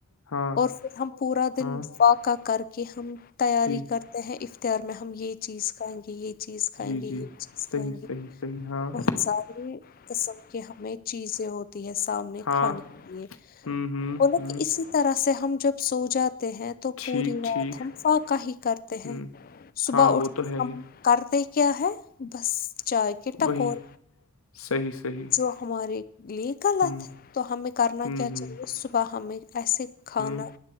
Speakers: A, on the left (about 75°); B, on the left (about 45°).
A: ہاں
B: اور ہم پورا دن
A: ہاں
B: فاقہ کر کے ہم تیاری
A: جی
B: کرتے ہیں اختیار میں- ہم یہ چیز کھائیں گے یہ چیز کھائیں
A: جی
B: گے یہ
A: جی
B: چیز
A: صحیح
B: کھائیں گے-
A: صحیح صحیح ہاں
B: بہت ساری قسم- کہ ہمیں چیزیں ہوتی ہیں سامنے
A: ہاں
B: کھانے کے لیے
A: ہوں
B: بولا
A: ہوں
B: کہ
A: ہ
B: اس- اس طرح سے ہم جب سو جاتے ہیں تو
A: ٹھیک
B: پوری رات
A: ٹھیک
B: ہم فاقہ ہی کرتے
A: ہ
B: ہیں- صبح
A: ہاں وہ
B: اٹھ
A: تو
B: کے،
A: ہے ہی
B: کرتے کیا ہے- بس چائے کے ٹکور
A: وہی صحیح صحیح
B: جو ہمارے لیے- غلط
A: ہ
B: تو ہمیں کرنا
A: ہ
B: کیا
A: ہ
B: چاہیے صبح ہمیں ایسے کھانا-
A: ہ